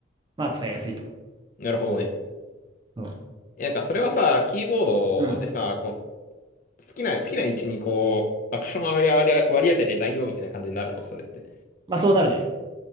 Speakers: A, on the right (about 25°); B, on the left (about 45°).
A: まあ、使いやすいと。
B: なるほどね。
A: そう。
B: えなんかそれはさ、キーボー
A: うん。
B: ドでさ、こう、好きな、好きな位置にこう、アクション割り割り割り当てて代用みたいな感じになるの、それって。
A: まあ、そうなるね。